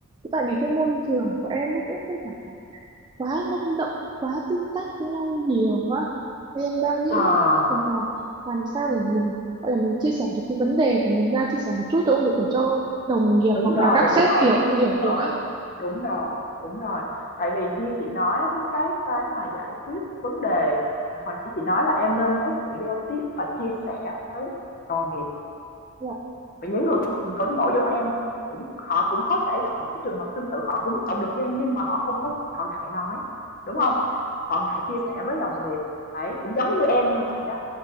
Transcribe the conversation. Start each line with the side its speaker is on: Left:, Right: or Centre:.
Right: tại vì cái môi trường của em nó cũng không phải quá năng động quá tương tác với nhau nhiều á Thì em đang nghĩ
Left: à
Right: là làm sao để mình gọi là mình chia sẻ được cái vấn đề của mình ra chia sẻ một chút cũng được để cho đồng nghiệp
Left: đúng
Right: hoặc
Left: rồi,
Right: là các
Left: đúng
Right: sếp
Left: rồi,
Right: hiểu hiểu
Left: đúng rồi.
Right: được á
Left: Đúng rồi, đúng rồi. Tại vì như chị nói á, cái cái cái mà giải quyết vấn đề hồi nãy chị nói là em nên có sự giao tiếp và chia sẻ với đồng nghiệp
Right: dạ
Left: Vậy những người cũng cùng cứng nổi giống em cũng họ cũng có thể gặp những cái trường hợp tương tự, họ cũng mất động lực như em nhưng mà họ không có họ ngại nói, đúng
Right: dạ
Left: không Họ ngại chia sẻ với đồng nghiệp, ấy cũng giống như em như vậy đó.